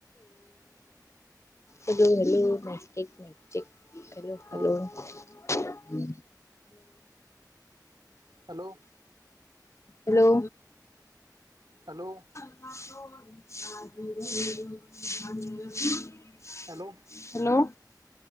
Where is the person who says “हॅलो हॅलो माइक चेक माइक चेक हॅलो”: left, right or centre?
Left